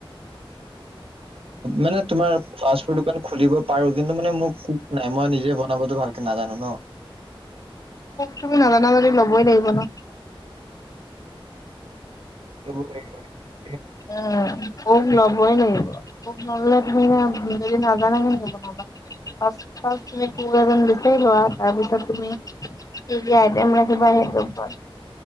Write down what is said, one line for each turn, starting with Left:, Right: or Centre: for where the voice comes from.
Right: মানে তোমাৰ পাছপোৰ দোকান খুলিব পাৰো কিন্তু মানে মোৰ কুক নাই মই নিজে বনাবতো ভালকে নাজানো ন
Left: তুমি নাজানা যদি লবই লাগিব ন
Right: লব লাগিব নেকি
Left: উ কুক ল'বই লাগিব কুক নললে যদি নাজানা হেন নবনাবা পাচ পাচ <unintelligible> তুমি কুক এজন বিচাৰি লোৱা তাৰপিছত তুমি কি কি আইটেম ৰাখিবা সেইটোওপত